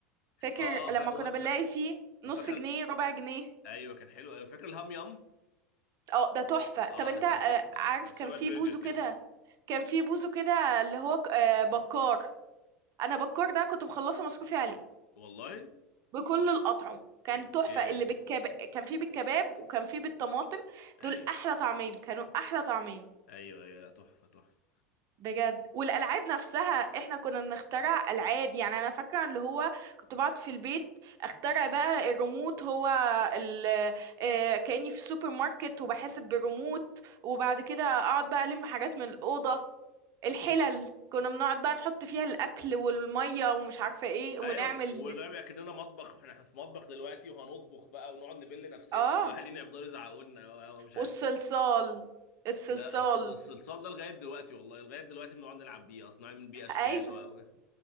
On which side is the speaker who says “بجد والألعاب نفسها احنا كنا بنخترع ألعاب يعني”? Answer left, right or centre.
Right